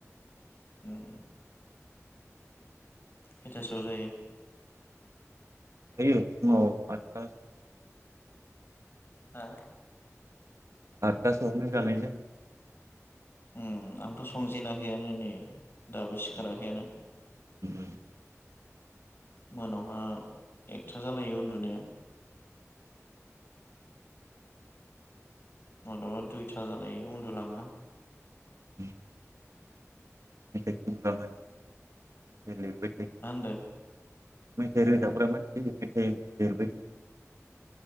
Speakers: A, on the left; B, on the right.
A: उम खैथासोआव जायो।
B: <unintelligible>
A: हा।
B: आठथासोआवनो जानाय जायो।
A: उम आंथ' संजेनाखैयानो नै। दाबो सिखाराखैयानो।
B: उम उम
A: मोनायावहा एकथा जालायो उन्दुनाया। माब्लाबा दुइथा जालायो उन्दुलांङा।
B: <inaudible> मेथाइ खनग्रा मानसि लिरबाय थायो।
A: होनदों
B: मेथाइ रोजाबग्रा मानसि मेथाइ लिरबाय